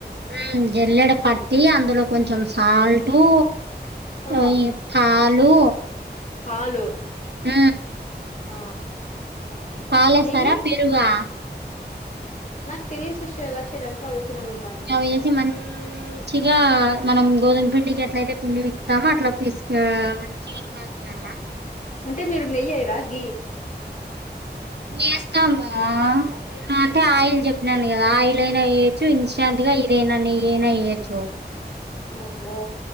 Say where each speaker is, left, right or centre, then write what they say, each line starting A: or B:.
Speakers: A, on the right; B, on the left.
A: హ్మ్ ఎల్లడు కట్టి అందులో కొంచెం సాల్టు
B: ఆ
A: ఓ పాలు
B: పాలు
A: ఉ
B: ఆ
A: పాలేస్తరా,
B: నెయ్యి
A: పెరుగా?
B: నాకు తెలియదు సిస్టర్ ఎలా చేయడానికి అడుగుతున్నా మిమ్మల్ని
A: అవేసి మంచిగా మనం గోధుమ పిండికి ఎట్లయితే పిండి తీసుకుతామో అట్లా పసు మంచిగా ఏ చేయాల
B: అంటే మీరు నెయ్యి చెయ్యరా గీ
A: ఏస్తాము అంటే ఆయిల్ చెప్పినను కదా ఆ ఆయిల్ అయినా ఎయొచ్చు ఇన్ష అందుగా ఇదేనా నేయి ఆయన ఏయొచు
B: ఓహో